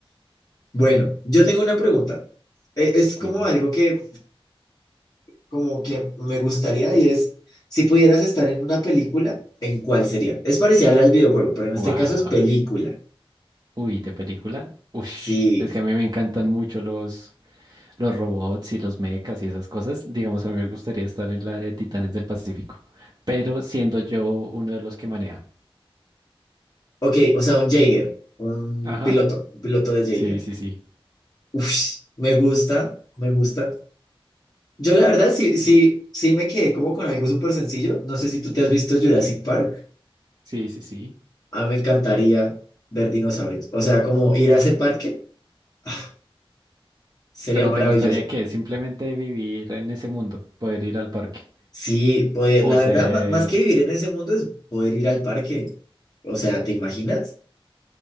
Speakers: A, on the left; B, on the right.
A: Bueno, yo tengo una pregunta. E- Es como
B: Dime.
A: algo que, como que me gustaría y es, si pudieras estar en una película, ¿en cuál sería? Es parecida a la del videojuego, pero en
B: Wow.
A: este caso es película.
B: Uy, de película. Ush,
A: Sí.
B: es que a mí me encantan mucho los, los robots y los mechas y esas cosas. Digamos, a mí me gustaría estar en la de Titanes del Pacífico, pero siendo yo uno de los que maneja.
A: Ok, o sea, un Jaeger, un
B: Ajá.
A: piloto, un piloto de Jaeger.
B: Sí, sí, sí.
A: Uf, me gusta, me gusta. Yo la verdad sí, sí, sí me quedé como con algo súper sencillo. No sé si tú te has visto Jurassic Park.
B: Sí, sí, sí.
A: A mí me encantaría ver dinosaurios. O sea, como ir a ese parque ah, sería
B: Pero
A: maravilloso.
B: ¿te gustaría que Simplemente vivir en ese mundo, poder ir al parque
A: Sí, poder,
B: o
A: la
B: ser...
A: verdad, ma- más que vivir en ese mundo es poder ir al parque. O sea, ¿te imaginas?